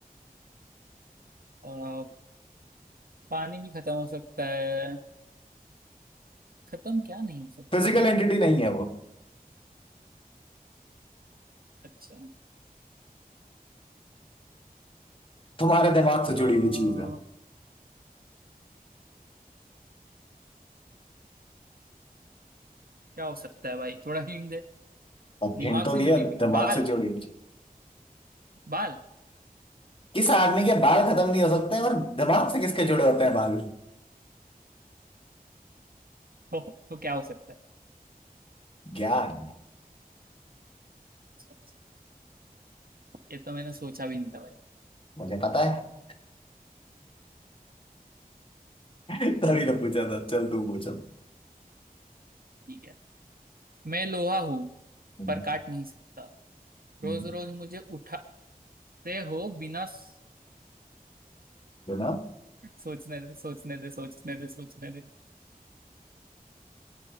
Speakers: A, on the right; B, on the left.
A: अ, पानी भी खत्म हो सकता है खत्म क्या नहीं हो सकता
B: फिजिकल एंटिटी <laughs> नहीं है वो
A: अच्छा
B: तुम्हारे दिमाग से
A: अ, क्या
B: जुड़ी हुई चीज है
A: हो सकता है भाई थोड़ा हिंट दे
B: अब
A: दिमाग
B: हिंट तो
A: से
B: दिया
A: जुड़ी हुई
B: दिमाग
A: बाल
B: से जुड़ी हुई चीज
A: बाल
B: किस आदमी के बाल खत्म नहीं हो सकते और दिमाग से किसके जुड़े होते हैं बाल
A: हो तो क्या हो सकता है
B: ज्ञान
A: अच्छा, अच्छा। ये तो मैंने सोचा भी नहीं था भाई
B: मुझे पता है <laughs> तभी तो पूछा था चल तू पूछ अब।
A: ठीक है मैं लोहा हूँ
B: हम्म,
A: पर काट नहीं सकता रोज
B: हम्म,
A: रोज मुझे उठाते हो बिना स-
B: बिना
A: सोचने दे सोचने दे सोचने दे सोचने दे